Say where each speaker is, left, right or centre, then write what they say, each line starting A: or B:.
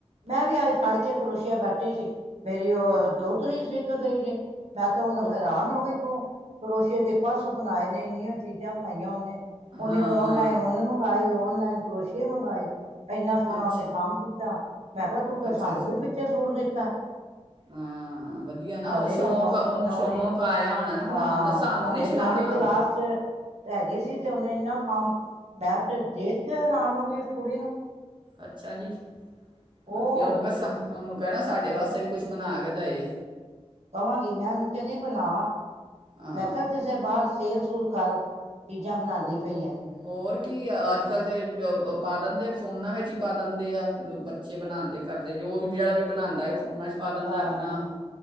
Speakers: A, on the right (about 70°); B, on the right (about 45°).
A: ਮੈਂ ਵੀ ਅੱਜ ਫੜ ਕੇ ਕਰੋਸ਼ੀਆ ਬੈਠੀ ਸੀ। ਮੇਰੀ ਉਹ
B: ਅ-
A: ਦੋਤਰੀ ਸੀ <unintelligible> ਗਈ ਜੇ ਮੈਂ ਤਾਂ ਉਹਨੂੰ
B: ਉਹ
A: ਹੈਰਾਨ ਹੋ ਗਈ ਤੂੰ ਕਰੋਸ਼ੀਏ ਦੇ ਪਰਸ ਬਨਾਏ ਨੇ, ਇੰਨੀਆਂ ਚੀਜ਼ਾਂ ਬਨਾਈਆਂ ਉਹਨੇ। ਉਹਨੇ
B: ਹਾਂ
A: ਓਨਲਾਈਨ ਉਹਨੇ ਮੰਗਵਾਏ ਓਨ ਲਾਈਨ ਕਰੋਸ਼ੀਏ ਮੰਗਾਏ। ਇੰਨਾ ਸੋਹਨਾ
B: ਅੱਛਾ
A: ਉਹਨੇ ਕੰਮ ਕੀਤਾ। ਮੈਂ ਕਿਹਾ ਤੂੰ ਤੇ
B: ਅੱਛਾ
A: ਸਾਨੂੰ
B: ਅੱਛਾ।
A: ਵੀ ਪਿੱਛੇ ਸੁਣ ਦਿੱ- ਤਾ।
B: ਹਾਂ ਵਧੀਆ ਨਾ
A: ਹਾਲੇ
B: ਸ਼ੌਂਕ
A: ਉਹ ਨੌ
B: ਉਹਨੂੰ
A: ਨੌਵੀਂ,
B: ਸ਼ੌਂਕ ਆਇਆ ਹੋਣਾ ਨਾ
A: ਹਾਂ
B: ਬਣਾਉਣ ਦਾ ਸਾਨੂੰ
A: ਹਾਲੇ
B: ਨਹੀਂ ਚਲਾਣਾ
A: ਨੌਵੀਂ ਕਲਾਸ
B: ਆਂਦਾ
A: ਚ ਹੈਗੀ ਸੀ ਤੇ ਇੰਨਾ ਕੰਮ ਮੈਂ ਤੇ ਦੇਖ ਕੇ ਹੈਰਾਨ ਹੋ ਗਈ ਉਸ ਕੁੜੀ ਨੂੰ।
B: ਅੱਛਾ ਜੀ।
A: ਉਹ
B: ਵਧੀਆ ਉਹਨੂੰ ਕਹ ਸਾ ਉਹਨੂੰ ਕਹਿਨਾ ਸਾਡੇ ਵਾਸਤੇ ਵੀ ਕੁਛ ਬਨਾ ਕੇ ਦਏ।
A: ਕਵਾਂਗੀ ਮੈਂ ਉਹਨੂੰ ਕਹਨੀ ਬਨਾ।
B: ਹਾਂ
A: ਮੈਂ ਕਿਹਾ ਕਿਸੇ ਬਾਹਰ ਸੇਲ ਸੁਲ ਕਰ। ਚੀਜ਼ਾਂ ਬਨਾਨੀ
B: ਉਹ-
A: ਪਈ ਏ।
B: ਹੋਰ ਕੀ ਅੱਜ-ਕੱਲ੍ਹ ਦੇ ਪਾ ਦਿੰਦੇ ਫੋਨਾਂ ਵਿੱਚ ਹੀ ਪਾ ਦਿੰਦੇ ਆ, ਬੱਚੇ ਬਨਾਂਦੇ ਕਰਦੇ ਜੋ ਵੀ ਜਿਹੜਾ ਵੀ ਬਨਾਂਦਾ ਫੋਨਾ ਚ ਉ ਪਾ ਦਿੰਦਾ
A: ਹਾਂ
B: ਆਪਨਾ